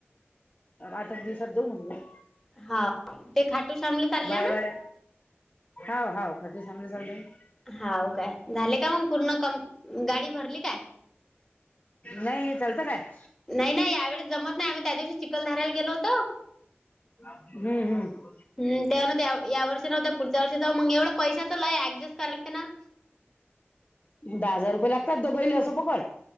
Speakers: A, on the left (about 30°); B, in the centre.
A: आठ ऐक दिवसात जाऊ म्हणलं.
B: हा ते खाटू श्यामला चालल्याना.
A: बाय बाय हाव हाव खाटूशामला चालाल्या ना.
B: हाव काय झाले का मग पूर्ण कम गाडी भरली काय?
A: नाही, चलत काय?
B: नाही नाही यावेळेस जमत नाही आम्ही त्या दिवशी चिखलधाऱ्याला गेलो होतो.
A: हम्म हम्म
B: हम् त्यावन त्या ह्या वर्षी नव्हतं, पुढच्या वर्षी जाऊ मग एवढं पैशसाच लय ऍडजस्ट करा लागते ना.
A: दहा हजार रुपये लागतात दोघलो असं पकडून.